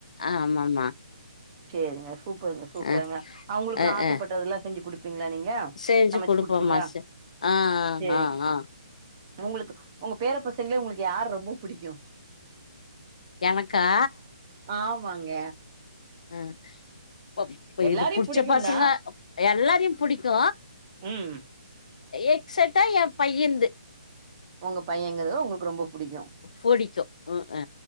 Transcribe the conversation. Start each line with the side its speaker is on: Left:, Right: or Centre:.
Left: ஆமாமா
Right: சேரிங்க சூப்பருங்க சூப்பருங்க
Left: ஆ
Right: அவுங்களுக்கு
Left: ஆ
Right: ஆசப்பட்டதெல்லா
Left: ஆ
Right: செஞ்சு குடுப் ப்பீங்களா நீங்க
Left: செஞ்சு
Right: சமச்சு
Left: குடுப்போம்மா
Right: குடுப்பீங்களா
Left: செ ஆ
Right: சேரிங்
Left: ஆ ஆ
Right: உங்களுக்கு உங்க பேர பசங்ளே உங்களுக்கு யார ரொம்ப புடிக்கு
Left: எனக்கா
Right: ஆமாங்க
Left: அ ப்போ இப்ப
Right: எல்லாரையு
Left: இது புடிச்ச
Right: புடிக்குந்தா
Left: பசங்க எல்லாரையு புடிக்கு
Right: ம்
Left: எக்ஸெட்டா என் பையன்து
Right: ஒங்க பையங்கிறத ஒங்களுக்கு ரொம்ப புடிக்கு
Left: ஃபொடிக்கு ம் அ